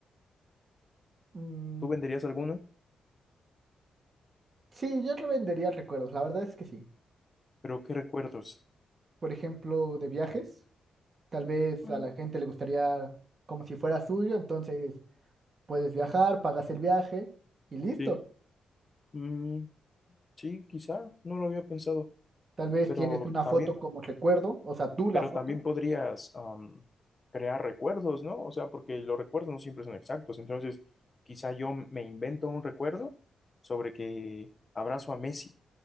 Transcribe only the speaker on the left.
¿Tú venderías alguno?
Pero ¿qué recuerdos?
Mm,
sí, Mm, sí, quizá, no lo había pensado,
pero
también
pero
también podrías am, crear recuerdos, ¿no? O sea, porque los recuerdos no siempre son exactos. Entonces, quizá yo me invento un recuerdo sobre que abrazo a Messi